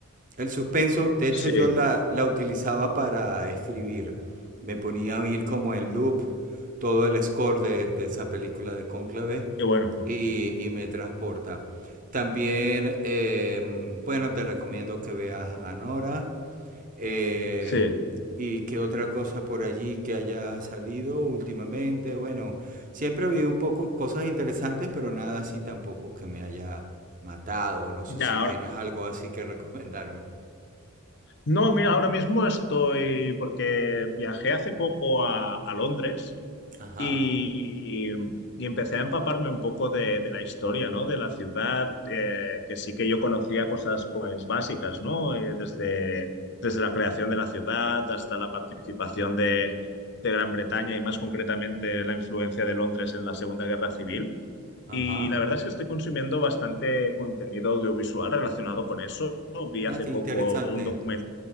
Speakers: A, on the right (about 35°); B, on the left (about 50°).
A: El suspenso, de hecho
B: sí,
A: yo la, la utilizaba para escribir. Me ponía a oír como en loop todo el score de, de esa película de Cónclave
B: qué bueno,
A: y, y me transporta. También, eh, bueno, te recomiendo que veas a Nora. eh,
B: sí.
A: y qué otra cosa por allí que haya salido últimamente. Bueno, siempre ha habido un poco cosas interesantes, pero nada así tampoco que me haya matado. No sé
B: Ya,
A: si
B: ahora.
A: tienes algo así que recomendarme.
B: No, mira, ahora mismo estoy. Porque viajé hace poco a, a Londres
A: Ajá,
B: Y, y empecé a empaparme un poco de, de la historia, ¿no? De la ciudad, eh, que sí que yo conocía cosas, pues, básicas, ¿no? Eh, desde, desde la creación de la ciudad hasta la participación de, de Gran Bretaña y más concretamente la influencia de Londres en la Segunda Guerra Civil.
A: ajá.
B: Y la verdad es que estoy consumiendo bastante contenido audiovisual relacionado con eso. Vi
A: Ah,
B: hace
A: qué
B: poco
A: interesante.
B: un documental.